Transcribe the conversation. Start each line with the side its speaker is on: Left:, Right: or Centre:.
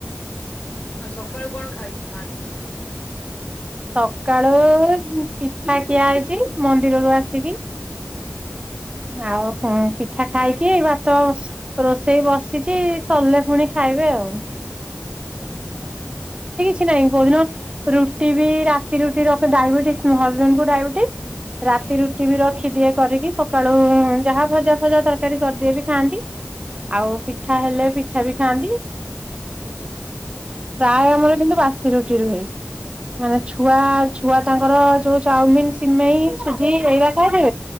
Left: ଆଉ ସକାଳୁ କଣ ଖାଇ ଖାନ୍ତି?
Right: ସକାଳୁ ପିଠା ଖିଆ ହେଇଚି ମନ୍ଦିରରୁ ଆସିକି।
Left: ହୁଁ।
Right: ଆଉ କଣ ପିଠା ଖାଇକି ଭାତ ରୋଷେଇ ବସିଚି ସରିଲେ ପୁଣି ଖାଇବେ ହଉ <unintelligible>
Left: ହୁଁ ହୁଁ।
Right: କି ନାଇଁ କୋଉଦିନ ରୁଟି ବି ରାତି ରୁଟି ରଖ ଡାଇବେଟିସ ମୋ ହଜବେଣ୍ଟ କୁ ଡାଇବେଟିସ୍
Left: ହୁଁ
Right: ରାତି ରୁଟି
Left: ହୁଁ
Right: ବି ରଖିଦିଏ କରିକି ସ କାଳୁ ଯାହା ଭଜା ଫଜା ତରକାରୀ କରିଦିଏ ବି ଖାଆନ୍ତି ଆଉ
Left: ହୁଁ
Right: ପିଠା ହେଲେ ପି ପିଠା ବି ଖାଆନ୍ତି
Left: ହୁଁ
Right: ପ୍ରାୟ ଆମର କିନ୍ତୁ ବାସି ରୁଟି ରୁହେ। ମାନେ
Left: ହୁଁ।
Right: ଛୁଆ ଛୁଆ ତାଙ୍କର ଯୋଉ ଚାଉମିିନ, ସିମେଇ, ସୁଜି ଏଇରା ଖାଇବେ